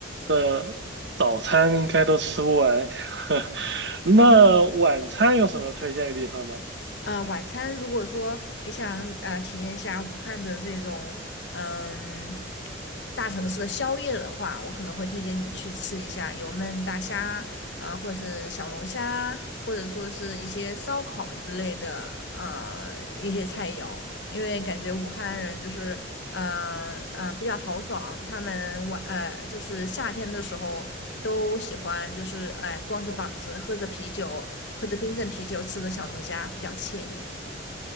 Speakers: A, on the right (about 60°); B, on the left (about 60°).
A: 的早餐应该都吃不完。<laughs> 那晚餐有什么推荐的地方吗？
B: 呃，晚餐如果说你想呃体验一下武汉的这种嗯大城市的宵夜的话，我可能会推荐你去吃一下油焖大虾啊、或者是小龙虾，或者说是一些烧烤之类的呃一些菜肴，因为感觉武汉人就是呃呃比较豪爽，他们晚呃就是夏天的时候。都喜欢，就是哎，光着膀子，喝着啤酒，喝着冰镇啤酒，吃着小龙虾，比较惬意。